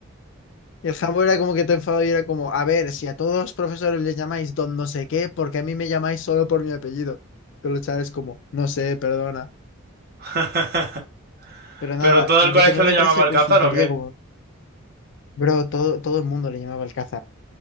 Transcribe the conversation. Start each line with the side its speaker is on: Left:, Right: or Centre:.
Left: Y el jambo era como que te enfado y era como, a ver, si a todos los profesores les llamáis don no sé qué, porque a mí me llamáis solo por mi apellido. Todos los chavales como, no sé, perdona.
Right: <laughs>
Left: Pero nada,
Right: ¿Pero todo
Left: como
Right: el colegio
Left: que tenía una
Right: le
Left: empresa
Right: llamaba
Left: de
Right: Alcázar
Left: consultoría
Right: o qué?
Left: como, bro, todo, todo el mundo le llamaba Alcázar,